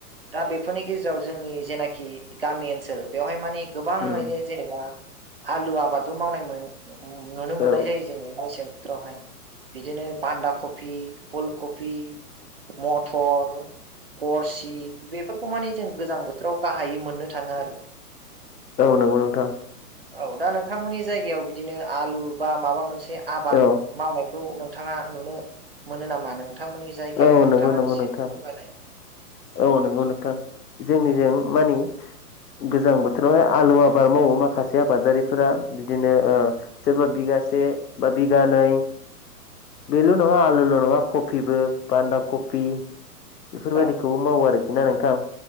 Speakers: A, on the right; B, on the left.
A: दा बेफोरनि गेजेराव जोंनि जेनाखि गामि ओनसोल बेवहाय माने गोबाङैनो
B: औ
A: जेनेबा आलु आबादबो मावनाय नुनो
B: औ
A: मोननाय जायो जोङो मेसें बोथोरावहाय बिदिनो बान्दा कफि फुलकफि। मटर। गरसि बेफोरखौ माने जों गोजां बोथोराव गाहायै मोननो थाङो आरो।
B: नंगौ नोंथां
A: औ दा नोंथांमोननि जायगायाव बि बिदिनो आलु बा माबा मोनसे आबाद
B: औ
A: मावनाय खौ नोंथाङा नुनो मोनो नामा नोंथांमोननि जायगायाव
B: औ
A: नोंथाङा
B: नंगौ नंगौ
A: एसे
B: नोंथां
A: फोरमायनाय।
B: औ नंगौ नोंथां जोंनिजों मानि
A: <inaudible>
B: गोजां बोथोरावहाय आलु आबाद मावो माखासे आबादारिफोरा बिदिनो ओ सोरबा बिगा से बा बिगानै बेल' नङा आलुल' नङा कफिबो। बान्दा कफि बेफोरबायदिखौ
A: औ
B: मावो आरोखि ना नोंथां।